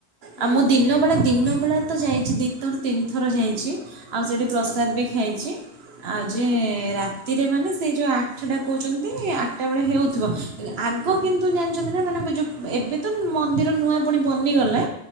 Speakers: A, on the left; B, on the right.
A: ହୁଁ
B: ଆଉ ମୁଁ ଦିନବେଳା ଦିନବେଳା ଯାଇଛି ଦୁଇ ଥର ତିନି ଥର ଯାଇଛି ଆଉ ସେଇଠି ପ୍ରସାଦ
A: ହୁଁ
B: ବି ଖାଇଛି। ଆଉ
A: ହୁଁ
B: ଯେ ରାତିରେ ମାନେ ସେଇ ଯୋଉ ଆଠଟାଟା କହୁଛନ୍ତି ଆଠଟା ବେଳେ ହେଉଥିବ ଆଗ
A: ହୁଁ
B: କିନ୍ତୁ ଜାଣିଛନ୍ତି ନା ମାନେ ଏବେ ତ ମନ୍ଦିର ନୂଆ ପୁଣି ବନିଗଲା।